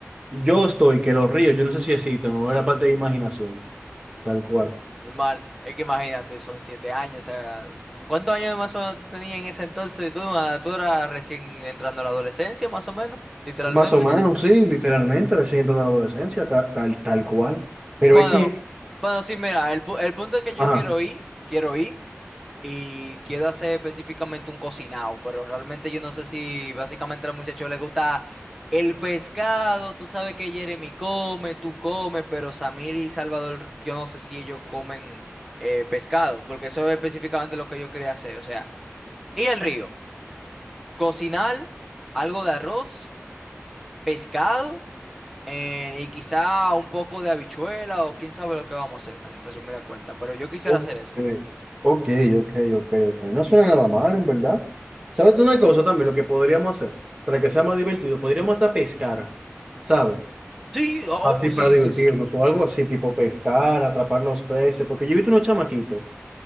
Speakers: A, on the right (about 20°); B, in the centre.
A: Yo estoy que los ríos, yo no sé si existen, o era parte de imaginación, tal cual.
B: Normal. Es que imagínate, son siete años. O sea, ¿cuántos años más o menos tú tenías en ese entonces? Tú, una- tú eras recién entrando a la adolescencia, más o menos, literalmente.
A: Más o menos, sí, literalmente, recién toda la adolescencia, ca- tal, tal cual. Pero
B: Bueno,
A: es que,
B: bueno, sí, mira, el, pu- el punto es que yo
A: ajá,
B: quiero ir, quiero ir. y quiero hacer específicamente un cocinado, pero realmente yo no sé si básicamente al muchacho le gusta el pescado, tú sabes que Jeremy come, tú comes, pero Samir y Salvador, yo no sé si ellos comen eh, pescado, porque eso es específicamente lo que yo quería hacer, o sea, ir al río, cocinar algo de arroz, pescado. eh, y quizá un poco de habichuela o quién sabe lo que vamos a hacer, en resumida cuenta, pero yo quisiera
A: Ok,
B: hacer eso.
A: ok, ok, ok, ok. No suena nada mal, en verdad. ¿Sabes tú una cosa también? Lo que podríamos hacer para que sea más divertido, podríamos hasta pescar, ¿sabes?
B: Sí, oh,
A: Así
B: sí,
A: para divertirnos
B: sí, sí.
A: o algo así, tipo pescar, atrapar los peces, porque yo he visto unos chamaquitos.